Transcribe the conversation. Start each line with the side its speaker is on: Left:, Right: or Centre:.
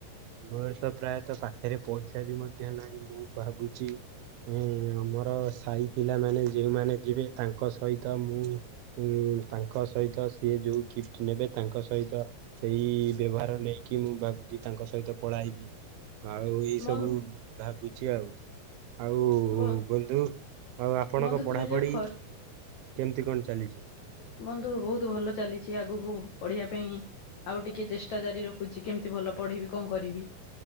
Right: ମୋର ତ ପ୍ରାୟତ ପାଖରେ ପଇସା ବି ମଧ୍ୟ ନାହିଁ ମୁଁ ଭାବୁଚି ହୁଁ ଆମର ସାହି ପିଲାମାନେ ଯେଉଁମାନେ ଯିବେ ତାଙ୍କ ସହିତ ମୁଁ ତାଙ୍କ ସହିତ ସିଏ ଯୋଉ ଗିଫ୍ଟ ନେବେ ତାଙ୍କ ସହିତ ସେଇ ବେଭାର ନେଇକି ମୁଁ ଭାବୁଛି ତାଙ୍କ ସହିତ ପଳାଇବି ଆଉ ଏଇ ସବୁ
Left: ବନ୍
Right: ଭାବୁଛି ଆଉ। ଆଉ
Left: ବ
Right: ବନ୍ଧୁ ଆଉ ଆପଣଙ୍କ
Left: ବନ୍ଧୁ
Right: ପଢ଼ାପଢ଼ି
Left: ତୁମେ ଯୋଉ ଖ
Right: କେମିତି କଣ ଚାଲିଛି?
Left: ବନ୍ଧୁ ବହୁତ୍ ଭଲ ଚାଲିଛି ଆଗକୁ ପଢ଼ିବା ପାଇଁ ଆଉ ଟିକେ ଚେଷ୍ଟା ଜାରି ରଖୁଛି କେମିତି ଭଲ ପଢ଼ିବି କଣ କରିବି‌।